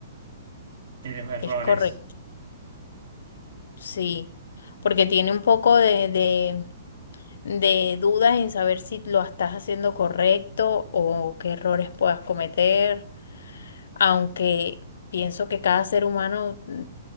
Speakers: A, on the right; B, on the left.
A: de los errores.
B: es correcto, sí, porque tiene un poco de, de, de dudas en saber si lo estás haciendo correcto o qué errores puedas cometer. aunque pienso que cada ser humano mm,